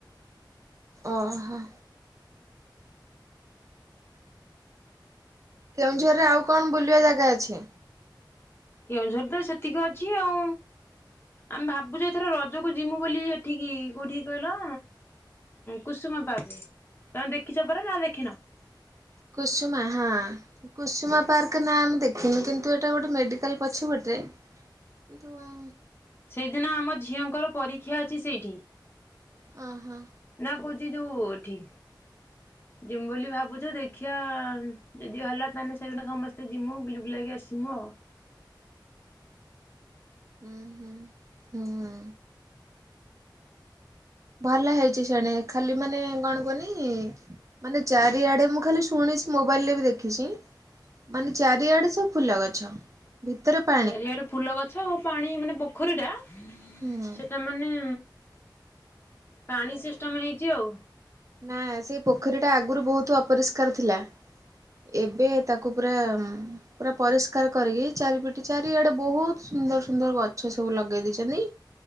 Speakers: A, on the right (about 40°); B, on the left (about 30°).
A: ଓହୋ। କେଉଁଝରରେ ଆଉ କଣ ବୁଲିବା ଜାଗା ଅଛି।
B: କେଉଁଝର ତ ସେତିକି ଅଛି ଆଉ। ଆମେ ଭାବୁଛୁ ଏଇଥର ରଜକୁ ଯିବୁ ବୋଲି ଏଠିକି କୋଉଠିକି କହିଲ। କୁସୁମ ପାର୍କତମେ ଦେଖିଛ ପରା ନା ଦେଖିନ।
A: କୁସୁମା ହଁ। କୁସୁମା ପାର୍କ ନାଁ ଆମେ ଦେଖିନୁ କିନ୍ତୁ ଏଇଟା ଗୋଟେ ମେଡିକାଲ ପଛେ ପଟେ। କିନ୍ତୁ ଆ।
B: ସେଇଦିନ ଆମ ଝିଅଙ୍କର ପରୀକ୍ଷା ଅଛି ସେଇଠି।
A: ଓହୋ।
B: ନା କହଉଛି ଯଉ ଏଠି। ଯିମୁ ବୋଲି ଭାବୁଚୁ ଦେଖିଆ ଯଦି ହେଲା ତାହେଲେ ସେଦିନ ସମସ୍ତେ ଯିମୁ ବୁଲି ବୁଲାକି ଆସିମୁ ଆଉ।
A: ଉଁ, ହୁଁ। ଭଲ ହେଇଚି ଶେଣେ ଖାଲି ମାନେ କଣ କୁହନି ମାନେ ଚାରିଆଡେ ମୁଁ ଖାଲି ଶୁଣିଚି। ମୋବାଇଲରେ ବି ଦେଖିଚି। ମାନେ ଚାରିଆଡେ ସବୁ ଫୁଲ ଗଛ। ଭିତରେ ପା
B: ଚାରିଆଡେ ଫୁଲ ଗଛ ଆଉ ପାଣି ମାନେ ପୋଖରୀ ଟା ସେଟା
A: ହୁଁ।
B: ମାନେ ପାଣି ସିଷ୍ଟମ ହେଇଚି ଆଉ।
A: ନା ସେଇ ପୋଖରୀ ଟା ଆଗରୁ ବହୁତ ଅପରିଷ୍କାର ଥିଲା। ଏବେ ତାକୁ ପୁରା ମ ପୁରା ପରିଷ୍କାର କରିକି ଚାରିପିଟି ଚାରିଆଡେ ବହୁତ ସୁନ୍ଦର ସୁନ୍ଦର ଗଛ ସବୁ ଲଗେଇ ଦେଇଚନ୍ତି।